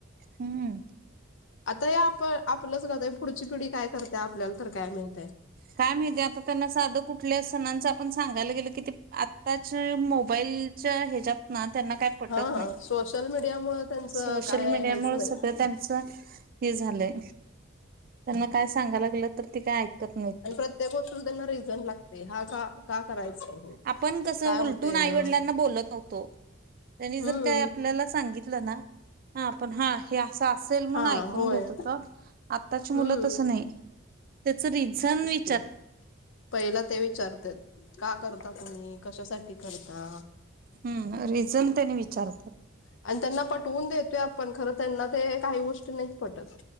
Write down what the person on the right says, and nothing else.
हम्म
काय माहिती आता, त्यांना साधं कुठल्या सणांच आपण सांगायला गेल, की ते आत्ताच्या मोबाईलच्या ह्याच्यात ना त्यांना काही पटत
नाही,
सोशल
मीडिया
मुळे
सगळं त्यांच हे झालंय, त्यांना काय सांगायला गेलं तर ते काय ऐकत नाहीत. हम्म
आपण कसं
उलटून आईवडिलांना
बोलत नव्हतो. त्यांनी
जर काय आपल्याला सांगितलं ना हा आपण हा हे असं असेल म्हणून
ऐकून
घेत होतो. आत्ताची मुलं
तसं नाही. त्याच रिझन वि
हम्म--रिझन त्यानी विचारतात.